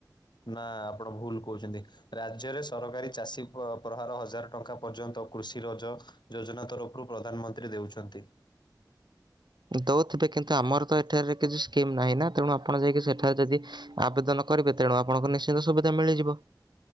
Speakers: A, on the left; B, on the right.
A: ନା, ଆପଣ ଭୁଲ୍ କହୁଚନ୍ତି। ରାଜ୍ୟରେ ସରକାରୀ ଚାଷୀ ପ୍ରହାର ହଜାରେ ଟଙ୍କା ପର୍ଯ୍ୟନ୍ତ କୃଷି ରଜ ଯୋଜନା ତରଫ୍ ରୁ ପ୍ରଧାନମନ୍ତ୍ରୀ ଦେଉଛନ୍ତି।
B: ଦଉଥିବେ କିନ୍ତୁ ଆମର ତ ଏଠାରେ କିଛି ସ୍କିମ୍ ନାହିଁ ନା, ତେଣୁ ଆପଣ ଯାଇକି ସେଠାରେ ଯଦି ଆବେଦନ କରିବେ, ତେଣୁ ଆପଣଙ୍କୁ ନିଶ୍ଚିନ୍ତ ସୁବିଧା ମିଳିଯିବ।